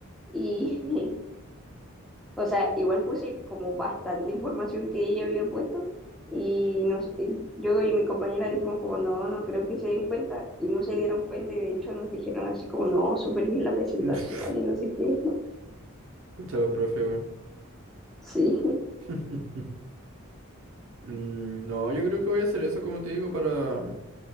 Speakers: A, in the centre; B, on the right (about 75°).
A: Y, <laughs> o sea, igual puse como bastante información que ella había puesto. Y, nos, y yo y mi compañera dijimos como, no, no creo que se den cuenta. Y no se dieron cuenta y de hecho nos dijeron así como, no, súper bien la presentación
B: <laughs> Uf,
A: y no sé qué. <laughs>
B: Pucha los profes, weón.
A: Sí,
B: <laughs> Mm, No, yo creo que voy a hacer eso, como te digo, para